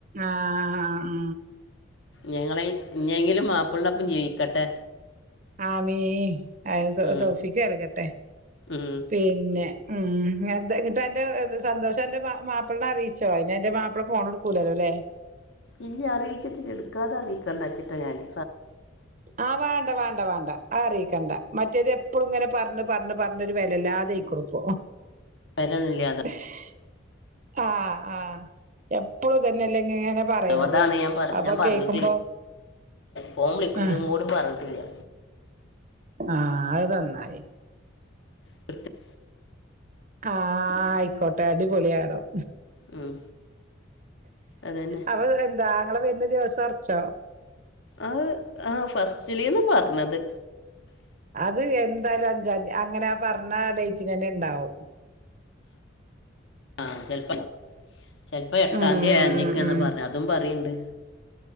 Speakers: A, on the right (about 40°); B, on the left (about 65°).
A: ആഹ് ഉം
B: ഞങ്ങളെ ഇഞ്ഞെങ്കിലും മാപ്പിളടൊപ്പം ജീവിക്കട്ടെ.
A: ആമീ അയ് സൊ
B: ഉം,
A: തോഫിക്ക് കെടക്കട്ടെ
B: ഉം.
A: പിന്നെ ഉം എന്ത എന്നിട്ട് അന്റെ സന്തോഷം അന്റെ മാ മാപ്പിളനെ അറിയിച്ചോ അയ്ന് അന്റെ മാപ്പിള ഫോൺ എടുക്കൂലാലോ അല്ലേ.
B: ഇല്ല അറിയിച്ചിട്ടില്ല എടുക്കാതെ അറിയിക്കണ്ടാച്ചിട്ടാ ഞാന്.
A: ആഹ് വാണ്ട വാ ണ്ട വാണ്ട അതറിയിക്കണ്ട മറ്റേത് എപ്പളും ഇങ്ങനെ പറഞ്ഞ് പറഞ്ഞ് പറഞ്ഞ് ഒരു വെലല്ലാതായിക്കണു ഇപ്പൊ
B: <unintelligible> ഇല്ല്യാ അതാ
A: ഉ ആഹ് ആഹ് എപ്പളും ഇതന്നെല്ലെ എന്ന് ഇങ്ങനെ പ റയണത്
B: അതാണ് ഞാൻ പറ
A: അപ്പൊ
B: ഞാൻ പറഞ്ഞിട്ടില്ല
A: കേക്കുമ്പോ
B: ഫോൺ വിളിക്കുമ്പോഴും
A: അഹ്
B: കൂടി പറഞ്ഞിട്ടില്ല
A: ആഹ് അത് നന്നായി
B: പ്ര
A: ആഹ് ആയിക്കോട്ടെ അടിപൊളി ആകണം
B: ഉം, അതന്നെ
A: അപ്പൊ എന്താ ആങ്ങള വരുന്ന ദിവസം ഒറച്ചോ.
B: അത് ആഹ് ഫസ്റ്റ്ലീന്ന് പറഞ്ഞത്
A: അത് എന്തായാലും അഞ്ചാന്തി അങ്ങനെ പറഞ്ഞ ഡേറ്റിനന്നെ ഇണ്ടാവും.
B: ആഹ് ചെലപ്പല് ചെലപ്പോ എട്ടാംന്തി
A: ഉം
B: ഏഴാന്തിക്കെയാന്ന്
A: ഉം ഉം
B: പറഞ്ഞ് അതും പറയണെണ്ട്.